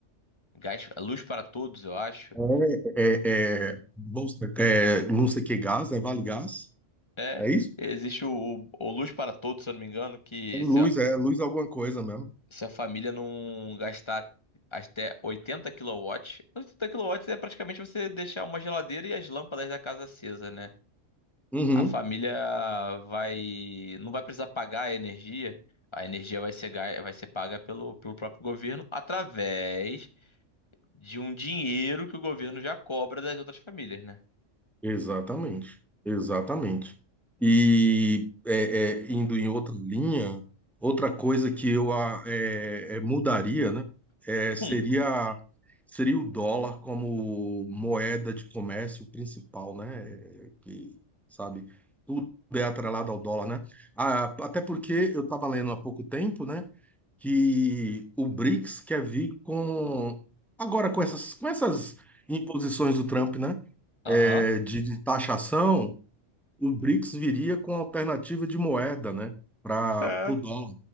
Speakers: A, on the left (about 25°); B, in the centre.
A: Gás, Luz para Todos, eu acho.
B: É, é, é, bolsa- é, não sei que gás, é Vale Gás,
A: É,
B: é isso?
A: existe o, o, o Luz para Todos, se eu não me engano, que
B: É luz,
A: se a,
B: é luz é alguma coisa mesmo.
A: se a família não gastar até 80 quilowatts, 80 quilowatts é praticamente você deixar uma geladeira e as lâmpadas da casa acesa, né?
B: Uhum.
A: A família vai, não vai precisar pagar a energia, a energia vai ser, ga- vai ser paga pelo, pelo próprio governo através de um dinheiro que o governo já cobra das outras famílias, né?
B: Exatamente, exatamente. E é, é, indo em outra linha, outra coisa que eu a- é, é, mudaria, né, é, seria
A: Hum,
B: seria o dólar como moeda de comércio principal, né? é, Que, sabe, tudo é atrelado ao dólar, né? Ah, até porque eu estava lendo há pouco tempo, né? que o BRICS quer vir com agora com essas com essas imposições do Trump, né?
A: aham.
B: é, de, de taxação, o BRICS viria com alternativa de moeda, né? Para
A: É,
B: o dólar,